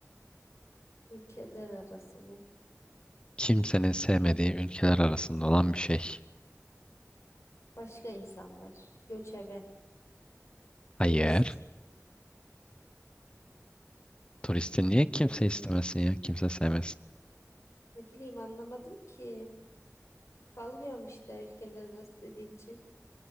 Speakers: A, on the left; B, on the left.
A: ülkeler arası mı?
B: Kimsenin sevmediği ülkeler arasında olan bir şey.
A: Başka insanlar. Göçebe.
B: Hayır.
A: Turist.
B: Turisti niye kimse
A: Ee,
B: istemesin ya? Kimse sevmesin.
A: ne bileyim anlamadım ki. Sallıyorum işte ülkeler arası dediğin için.